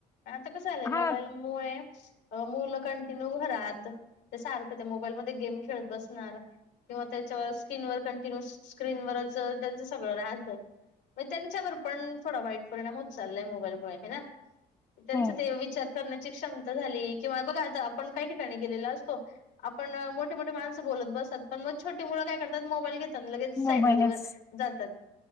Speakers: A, on the left (about 85°); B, on the left (about 15°).
A: आता कस आलंय
B: हा
A: मोबाईल मु मुलं कंटिन्यू घरात. ते सारखं ते मोबाईल म गेम खेळत बसणार. किंवा त्याच्यावर स्क्रीनवर कंटिन्युस स्क्रीनवरच त्यांचं सगळं राहतं. मग त्यांच्यावर पण थोडा वाईट परिणाम होच चाललाय मोबाईलमुळे ह ना. त्यांच
B: हो
A: ते विचार करण्याची क्षमता झाली किंवा बघा आता आपण काय ठिकाणी गेलेला असतो. आपण मोठे मोठी माणस बोलत बत पण मग छोटे मु काय करतात मोबाईल. लगेच साईड
B: मोबाईलच
A: म जातात.